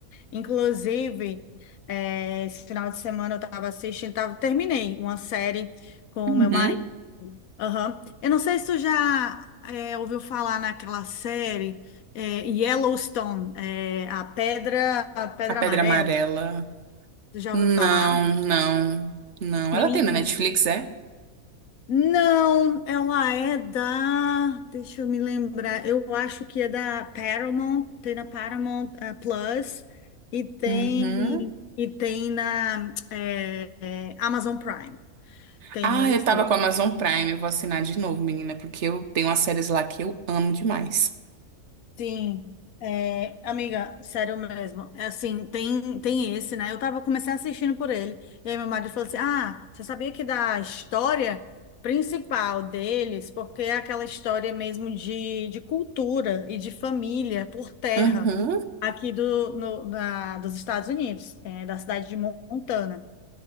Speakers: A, on the left (about 75°); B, on the right (about 55°).
A: Inclusive, eh, esse final de semana eu tava assistindo, tava, terminei uma série com
B: Uhum.
A: o meu marido. Aham. Eu não sei se tu já é, ouviu falar naquela série é, Yellowstone, é, a Pedra, a Pedra
B: A Pedra
A: Amarela.
B: Amarela.
A: Tu já
B: Não,
A: ouviu falar?
B: não, não.
A: Menina.
B: Ela tem na Netflix, é?
A: Não, ela é da. Deixa eu me lembrar. Eu acho que é da Paramount, tem na Paramount eh, Plus e tem
B: Uhum.
A: e tem na eh, eh, Amazon Prime. Tem
B: Ah,
A: neles.
B: eu tava com a Amazon Prime. Eu vou assinar de novo, menina, porque eu tenho umas séries lá que eu amo demais.
A: Sim, é, amiga, sério mesmo. É assim, tem, tem esse, né? Eu tava, comecei assistindo por ele. E aí meu marido falou assim: Ah, você sabia que da história principal deles, porque é aquela história mesmo de, de cultura e de família por terra
B: Uhum.
A: aqui do, no, da, dos Estados Unidos, é, da cidade de Montana.